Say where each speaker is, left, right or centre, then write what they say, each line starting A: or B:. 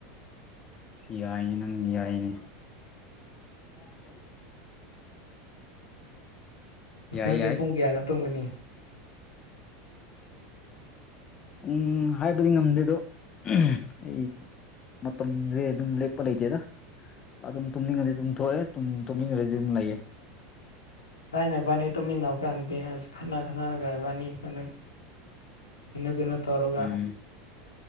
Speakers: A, on the left; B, on the left.
A: ꯁꯤ ꯌꯥꯏꯅꯦ ꯅꯪ ꯌꯥꯏꯅꯦ꯫ <inaudible> ꯌꯥꯏ
B: ꯅꯪꯗꯤ
A: ꯌꯥꯏ
B: ꯄꯨꯡ ꯀꯌꯥꯗ ꯇꯣꯡꯒꯅꯤ
A: ꯄꯨꯡ ꯍꯥꯏꯕꯗꯤ ꯉꯝꯗꯦ ꯑꯗꯣ ꯑꯩ ꯃꯇꯝꯖꯦ ꯑꯗꯨꯝ ꯂꯦꯞꯄ ꯂꯩꯇꯦꯗ꯫ ꯑꯗꯨꯝ ꯇꯨꯝꯅꯤꯡꯉꯗꯤ ꯑꯗꯨꯝ ꯊꯣꯛꯑꯦ ꯇꯨꯝꯅꯤꯡꯉ꯭ꯔꯗꯤ ꯑꯗꯨꯝ ꯂꯩꯌꯦ꯫
B: ꯊꯥꯏꯅ ꯑꯕꯥꯅꯤ ꯇꯨꯃꯤꯟꯅ ꯀꯥꯟꯗꯦ ꯑꯁ ꯈꯠꯅꯥ ꯈꯅꯥꯒꯕ ꯏꯕꯥꯟꯅꯤ ꯀꯩꯅꯣ ꯀꯩꯅꯣ ꯇꯧꯔꯒ
A: ꯎꯝ